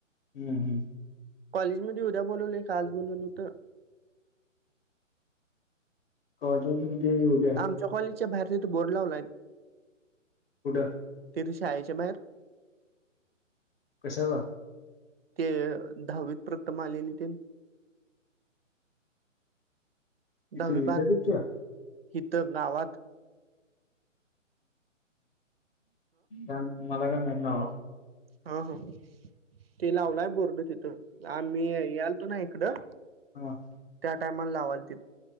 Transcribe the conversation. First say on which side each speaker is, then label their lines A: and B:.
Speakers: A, on the left; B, on the right.
A: हम्म हम्
B: कॉलेजमध्येध उद्या बोलवललय का आज बोलवल होत?
A: <unintelligible> उद्या
B: च्या कॉलेजच्या भहेर तीत बोर्ड लावलाय
A: कुठ?
B: तेथ शाये च्या बाएर
A: कशाचा?
B: ते दहावीत प्रथम आलेली ते.
A: तिथे
B: दहावीबार
A: विद्यापीठच्या
B: हीत गावात
A: ह मला काय माहीत नाही बाबा.
B: हा हा ते लावलंय बोर्ड तिथं आम्ही याल तो ना इकडं
A: ह
B: त्या टाइमला लावाल ते.